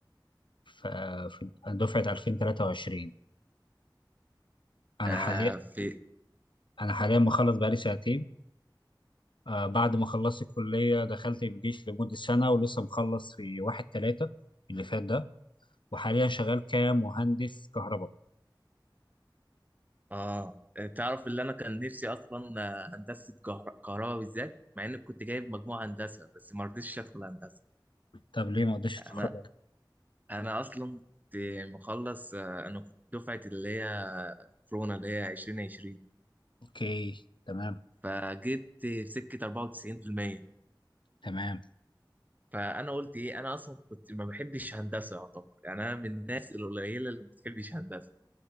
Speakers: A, on the left; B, on the right.
A: في, آه، في دفعة 2023 أنا
B: آه
A: حاليا
B: في
A: أنا حاليا مخلص بقالي سنتين آه بعد ما خلصت الكلية دخلت الجيش لمدة سنة ولسه مخلص في واحد تلاتة اللي فات ده وحاليا شغال كمهندس كهرباء
B: اه تعرف اللي انا كان نفسي اصلا آه، هندسه كهر- كهرباء بالذات مع اني كنت جايب مجموع هندسه بس ما رضيتش ادخل هندسه
A: طب ليه ما قدرتش
B: انا
A: تدخل؟
B: انا اصلا كنت مخلص آه، انا كنت دفعه اللي هي كورونا اللي هي 2020
A: أوكي تمام
B: فجبت في سكه 94%
A: تمام
B: فانا قلت ايه انا اصلا كنت ما بحبش هندسه يعتبر يعني انا من الناس القليله اللي ما بتحبش هندسه